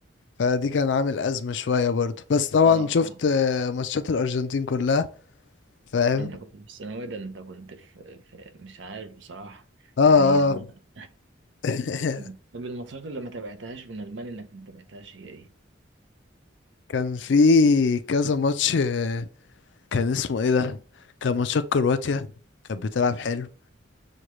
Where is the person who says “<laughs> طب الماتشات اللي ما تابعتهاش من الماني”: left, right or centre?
Right